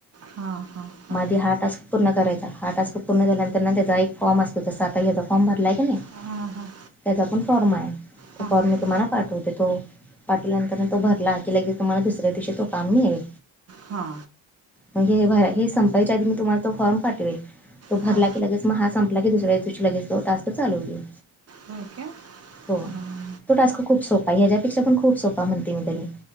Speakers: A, on the right (about 40°); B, in the centre.
A: हां हां हां
B: मधी हा टास्क पूर्ण करायचा हा टास्क पूर्ण झाल्यानंतर न त्याचा एक फॉर्म असतो तसा याचा फॉर्म भरलाय की नाही.
A: हां हां
B: त्याचा पण फॉर्म आहे
A: हां
B: तो फॉर्म मी तुम्हाला पाठवते तो पाठवल्यानंतर तो भरला की लगेच तुम्हाला दुसऱ्या दिवशी तो काम मिळेल.
A: हा.
B: म्हणजे हे भर हे संपायच्या आधी मी तुम्हाला तो फॉर्म पाठवेल. तो
A: हां
B: भरला की लगेच मग हा संपला की दुसऱ्या दिवशी लगेच तो टास्क चालू होईल.
A: होय काय
B: हो
A: हमम.
B: तो टास्कं खूंप सोपा आहे त्यांच्यापेक्षा पणं खुंट सोपा म्हणते मी तरी